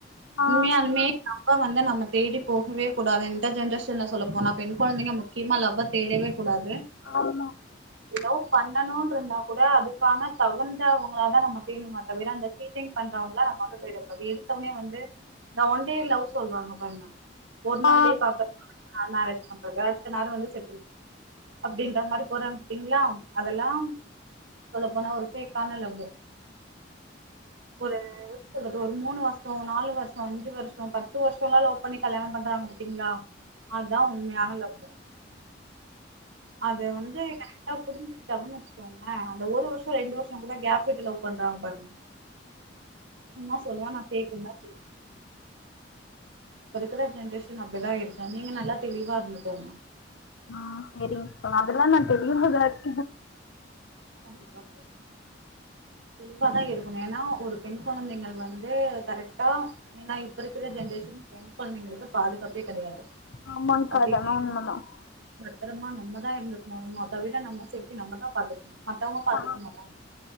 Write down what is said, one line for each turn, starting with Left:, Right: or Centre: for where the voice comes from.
Left: ஆ
Right: உண்மயாலுமே வ வந்து நம்ம தேடி போகவே கூடாது இந்த ஜென்ரேஷன்ல சொல்லப்போனா பெண் கொழந்தைங்க முக்கியமா லவ்வ தேடவே கூடாது
Left: ஆமா
Right: லவ் பண்ணணும் இருந்தா கூட அதுக்கான தகுந்தவங்கள தான் நம்ம தேணுமா தவிர அந்த சீட்டிங் பண்றவங்களா நம்ம வந்து தேடக்கூடது அது எடுத்தத்தவனே வந்து இந்த ஒன்டே லவ் சொல்றாங்க பாருங்க ஒரு
Left: ஆ
Right: நாள்லயே பாக்க ஹ மேரேஜ் பண்றது அடுத்த நாளு வந்து செட்டில் அப்படின்ற மாதிரி போறன் கிட்டீங்களா அதெல்லாம் சொல்ல போனா ஒருபேக்கே க்கான லவ்யு ஒரு கொறஞ்சது ஒரு மூணு வருஷம் நாலு வருஷம் அஞ்சு வருஷம் பத்து வருஷம் எல்லாம் லவ் பண்ணி கல்யாணம் பண்றாங்க பாத்தீங்களா அதுதான் உண்மையான லவ்வு அது வந்து கரெக்டா புரிஞ்சுரு வச்சுக்கோங்களேன் அந்த ஒரு வருஷம் ரெண்டு வருஷம் கூட கேப் விட்டு லவ் பண்றாங்க பாருங்க சும்மா சொல்லுவான் நான் பேக்கேனு சொல்லுவேன் வதுக்கிற ஜென்ரேஷன் அப்படிதான் இருக்கும் நீங்க நல்லா தெளிவா இருந்துக்கோங்க
Left: ஹ செரி இப்ப அதெல்லாம் நான் தெளிவாதான் இரு
Right: பண்றப்ப தெளிவாதான் இருக்கணும் ஏன்னா ஒரு பெண் குழந்தைகள் வந்து கரெக்டா ஏன்னா இப்ப இருக்கிற ஜென்ரேஷன் பெண் குழந்தைங்களுக்கு பாதுகாப்பே கெடையாது
Left: ஆமாக்கா
Right: அப்டின்னு
Left: அதானா உண்மதான்
Right: பத்திரமா நம்மதான் இருந்துக்கணும் அதை விட நம்ம நம்ம தான் பாத்துக்கணும் மத்தவங்க பாத்துக்க
Left: ஆ
Right: மாட்டாங்க